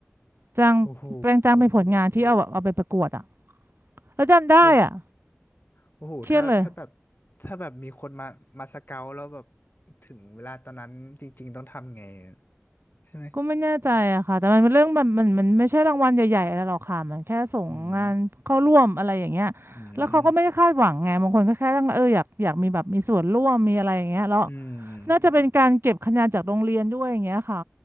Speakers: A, on the right (about 55°); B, on the left (about 45°).
A: จ้างแปลงจ้างเป็นผลงานที่เอาแบบเอาไปประกวดอะ
B: โอ้โห
A: แล้วจำได้อ่ะ
B: โอ้โอ้โหถ้าถ้าแบบ
A: เครียดเลย
B: ถ้าแบบมีคนมามาสเกาแล้วแบบถึงเวลาตอนนั้นจริงๆต้องทำไง ใช่ไหม
A: ก็ไม่แน่ใจอะค่ะแต่มันเป็นเรื่องแบบมันมันมันไม่ใช่รางวัลใหญ่ๆอะไรหรอกค่ะมันแค่ส่งงานเข้าร่วมอะไรอย่างเงี้ย
B: อืมอืม
A: แล้วเขาก็ไม่ได้คาดหวังไงบางคนก็แค่ต้องเอออยากอยากมีแบบมีส่วนร่วมมีอะไรอย่างเงี้ยแล้ว
B: อืม
A: น่าจะเป็นการเก็บคะแนนจากโรงเรียนด้วยอย่างเงี้ยค่ะ